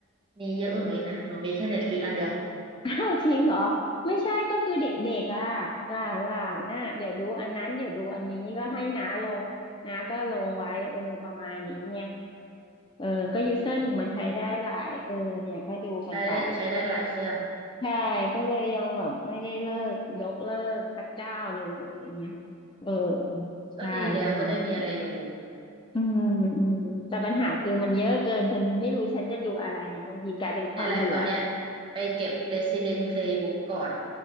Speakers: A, on the right (about 25°); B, on the left (about 25°).
A: มีเยอะกว่าหนูเองนะหนูมีแค่เน็ตฟลิกอันเดียว
B: อ่ะอ้า <laughs> วจริงเหรอไม่ใช่ก็คือเด็กๆอ่ะหลานหลานน่ะเดี๋ยวดูอันนั้นเดี๋ยวดูอันนี้ก็ให้น้าลงน้าก็ลงไว้เออประมาณนี้ไง เออก็ยูเซอร์หนึ่งมันใช้ได้หลายเออเนี่ยก็ดูกันไปก็เลย
A: อืมใช้ได้ใช้ได้หลายเครื่อง
B: ใช่ก็เลยยังแบบไม่ได้เลิกยกเลิกสักเจ้าหนึ่งอะไรเงี้ยเออใช่ประมาณนั้น
A: ก็ดีแล้วจะได้มีอะไรดู
B: อืมอืมแต่ปัญหาคือมันเยอะเกินฉันไม่รู้ฉันจะดูอะไรไงบางทีกลายเป็นความเบื่อ
A: เนี่ยแหละตอนเนี้ยไปเก็บ Resident Playbook ก่อน